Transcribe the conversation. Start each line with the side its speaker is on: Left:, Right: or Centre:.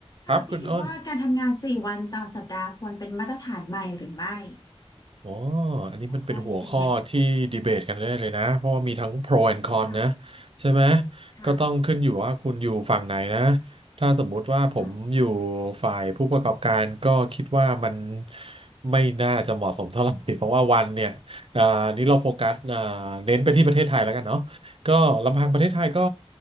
Right: ครับคุณอ้น
Left: ค่ะพี่คิดว่าการทำงานสี่วันต่อสัปดาห์ควรเป็นมาตรฐานใหม่หรือไม่
Right: อ๋ออันนี้มันเป็นหัวข้อที่ดีเบตกันได้เลยนะเพราะว่ามีทั้ง
Left: หัวข้อนี้เป็นไง
Right: pro and con
Left: ค่ะ
Right: นะใช่ไหม
Left: ค่ะ
Right: ก็ต้องขึ้นอยู่ว่าคุณอยู่ฝั่งไหนนะถ้าสมมุติว่าผมอยู่
Left: ค่ะ
Right: ฝ่ายผู้ประกอบการก็คิดว่ามันไม่น่าจะเหมาะสมเท่าไหร่เพราะว่าวันเนี่ยอ่านี้เราโฟกัสอ่าเน้นไปที่ประเทศไทยแล้วกันเนาะก็ลำพังประเทศไทยก็
Left: ค่ะ